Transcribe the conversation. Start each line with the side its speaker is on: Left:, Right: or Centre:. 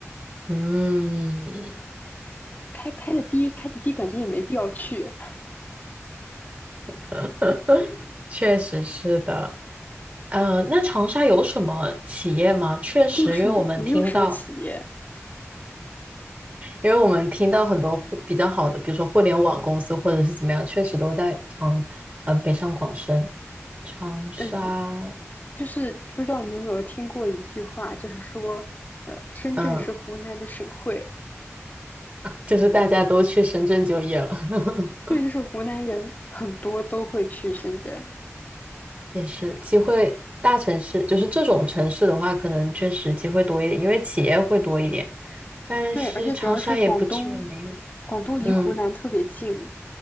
Right: 嗯，
Left: 开开的低，开的低感觉也没必要去，
Right: <laughs> 确实是的。呃，那长沙有什么企业吗？确实，
Left: 就是没有什么企业。
Right: 因为我们听到。因为我们听到很多互比较好的，比如说互联网公司或者是怎么样，确实都在长呃北上广深、长沙，
Left: 嗯，就是不知道你有没有听过一句话，就是说，呃，深圳是湖南的省会，
Right: 嗯，就是大家都去深圳就业了，<laughs>
Left: 对，就是湖南人很多都会去深圳，
Right: 也是机会。大城市就是这种城市的话，可能确实机会多一点，因为企业会多一点。但是长沙也不至于没有。
Left: 对，而且主要是广东，广东离湖南特别近，
Right: 嗯